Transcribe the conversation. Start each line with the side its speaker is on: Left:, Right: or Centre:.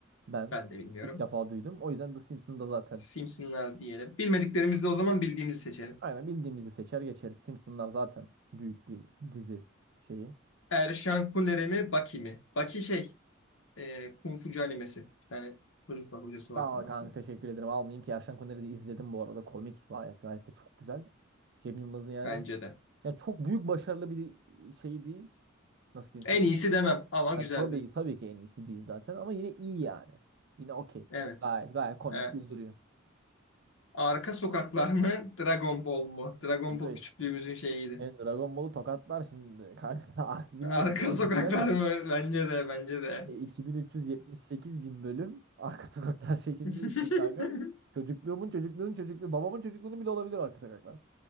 Right: Ben
Left: Ben de bilmiyorum.
Right: ilk defa duydum. O yüzden The Simpsons'da zaten
Left: Simpsonlar diyelim. Bilmediklerimizde o zaman bildiğimizi seçelim.
Right: aynen bildiğimizi seçer geçeriz. Simpsons'lar zaten büyük bir dizi şeyi.
Left: Erşan Kuneri mi Baki mi? Baki şey eh, Kung Fucu animesi. Bir tane çocuk var hocası
Right: Sağ
Left: var falan
Right: ol kanka
Left: filan.
Right: teşekkür ederim. Almayayım ki Erşen Kuner'i de izledim bu arada. Komik gayet gayet de çok güzel. Cem Yılmaz'ın yani
Left: Bence de.
Right: yani çok büyük başarılı bir şey değil. Nasıl diyeyim sana?
Left: En iyisi demem ama güzeldi.
Right: Yani tabii ki tabii ki en iyisi değil zaten ama yine iyi yani. Yine okey.
Left: Evet.
Right: Gayet gayet komik
Left: He.
Right: güldürüyor.
Left: Arka sokaklar mı? Dragon Ball mu? Dragon
Right: Kanka
Left: Ball küçüklüğümüzün şeyiydi.
Right: ben Dragon Ball'u tokatlar şimdi. Kanka <laughs> ar- bilmiyorum
Left: Arka
Right: sen
Left: sokaklar
Right: ne düşünüyorsun?
Left: mı? Bence de, bence de.
Right: E, 2378 bin üç yüz yetmiş sekiz bin bölüm arka sokaklar <laughs> şekilde
Left: <laughs>
Right: için kanka. Çocukluğumun çocukluğunun çocukluğu babamın çocukluğunu bile olabilir arka sokaklar.